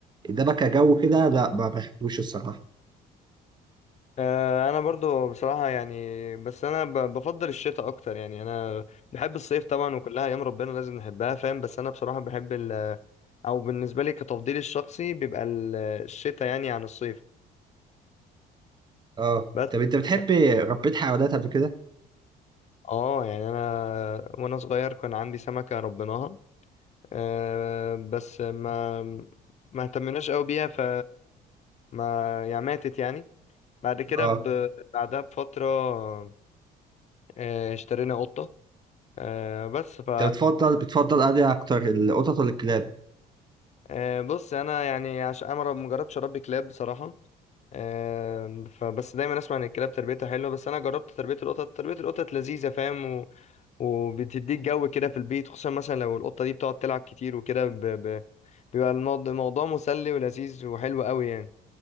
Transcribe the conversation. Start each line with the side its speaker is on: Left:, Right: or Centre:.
Right: انما كجو كده لا ما بحبوش الصراحه
Left: آه، انا برضو بصراحة يعني بس انا ب- بفضل الشتاء اكتر يعني انا بحب الصيف طبعا وكلها ايام ربنا لازم نحبها فاهم بس انا بصراحة بحب ال او بالنسبة لي كتفضيلي الشخصي بيبقى ال- الشتاء يعني عن الصيف
Right: اه
Left: بس
Right: طب انت بتحب
Left: ف-
Right: ربيت حيوانات قبل كده؟
Left: اه يعني انا وانا صغير كان عندي سمكة ربيناها آه، بس ما ما اهتمناش قوي بيها ف ما يعني ماتت يعني بعد كده
Right: اه
Left: ب... بعدها بفترة آه، اشترينا قطة آه، بس ف
Right: انت بتفضل بتفضل انهي اكتر القطط ولا الكلاب؟
Left: أه بص انا يعني عشان انا ما جربتش اربي كلاب بصراحه أه فبس دايما اسمع ان الكلاب تربيتها حلوه بس انا جربت تربيه القطط تربيه القطط لذيذه فاهم و... وبتديك جو كده في البيت خصوصا مثلا لو القطه دي بتقعد تلعب كتير وكده ب... ب... بيبقى الموض- الموضوع مسلي ولذيذ وحلو قوي يعني